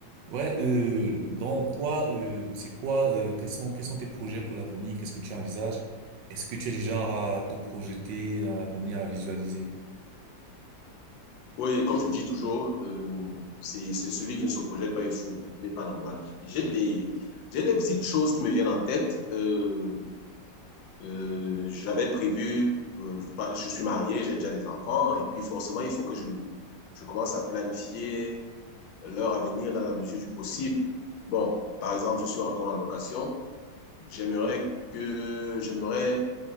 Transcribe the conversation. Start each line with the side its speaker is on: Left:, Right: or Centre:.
Right: Ouais, euh, donc toi, euh, c'est quoi, euh, quels sont, quels sont tes projets pour l'avenir? Qu'est-ce que tu envisages? Est-ce que tu es du genre à te projeter dans l'avenir, à visualiser?
Left: Oui, comme je dis toujours, euh, c'est c'est celui qui ne se projette pas est fou, il n'est pas normal. J'ai des, j'ai des petites choses qui me viennent en tête. Euh, euh, j'avais prévu, euh, je pas- je suis marié, j'ai déjà des enfants, et puis forcément, il faut que je, je commence à planifier leur avenir dans la mesure du possible. Bon, par exemple, je suis encore en location. J'aimerais que, j'aimerais